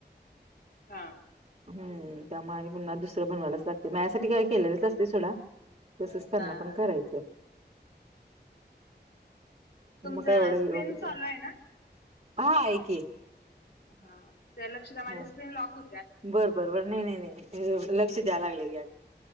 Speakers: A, on the left; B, on the right.
A: हा
B: हम् त्यामुळे आणि पुन्हा दुसरं बनवायलाच लागते माझ्यासाठी काय केलेलंच असतय सोडा तसच त्यांना
A: हा
B: पण
A: हा
B: करायचं.
A: तुमचा
B: मग काय एवढं
A: स्क्रीन
B: हे वाटत नाही
A: चालू आहे ना?
B: हा आहे की
A: हा त्या लक्ष दया माझ्या
B: हा
A: स्क्रीन लॉक हो
B: बरं बरं बरं नाही नाही नाही लक्ष द्यायला लागळे घ्या